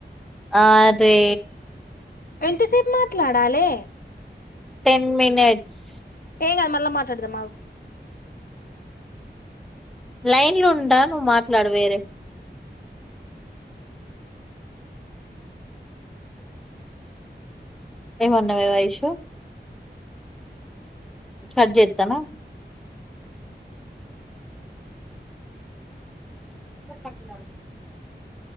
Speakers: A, in the centre; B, on the left.
A: ఆ రే
B: ఎంతసేపు మాత్ర కలాడాలే
A: టెన్ మనిట్స్
B: ఏ అది మళ్ళ మా చడ దమాగ
A: లైన్ లో ఉడా నువ్వు మాట్లాడు వేరే ఏ మన్నా వవయిష సర్జ ఎత్తానా ఇ కటిలా విడ